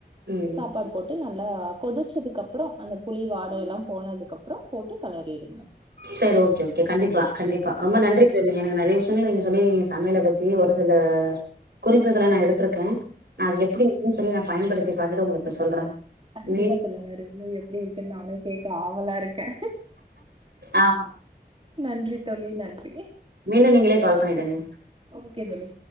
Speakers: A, on the right; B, on the right.
A: ம்
B: சாப்பாடு போட்டு நல்லா கொதிச்சதுக்கு அப்றோ அந்த புளி வாடல்லாம் போனதுக்கு அப்றோ போட்டு கலறிடுங்க
A: செர்ரி ஓகே ஓகே கண்டிப்பா கண்டிப்பா ரொம்ப நன்றி தோழி எனக்கு நெறைய விஷயங்கள நீங்க சொல்லி சமையல பத்தி தீய ஒரு சில குறிப்புகள நா எடுத்திருக்கே நா அது எப்டி இருக்குன்னு சொல்லி நா பயன்படுத்தி பாத்துட்டு உங்களுக்கு சொல்றே
B: கண்டிப்பா
A: மீ
B: சொல்லுங்க ரிவ்யூ எப்டி இருக்குன்னு நானு கேக்க ஆவலாருக்கே
A: ஆமா
B: நன்றி தோழி நன்றி
A: மீண்டு நீங்களே கால் பண்ணிடுங்க
B: ஓகே தோழி